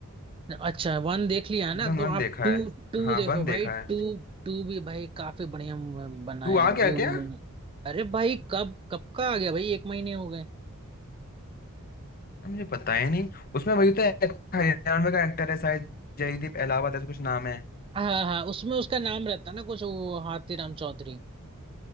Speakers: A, on the right; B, on the left.
A: अच्छा वन देख लिया
B: सीजन
A: ना तो
B: वन
A: आप
B: देखा
A: टू
B: है
A: टू
B: हाँ
A: देखो
B: वन देखा
A: भाई
B: है
A: टू टू भी भाई काफी बढ़िया म- बनाया
B: तू आ
A: है भाई
B: गया
A: उन्होंने
B: क्या
A: अरे भाई कब कब का आ गया भाई एक महीने हो गए
B: मुझे पता ही नहीं उसमें वही तो एक्टर हरियाणवी का एक्टर है शायद जयदीप अहलावत ऐसा कुछ नाम है
A: हाँ हाँ हाँ, उसमें उसका नाम रहता है ना कुछ वो हाथीराम चौधरी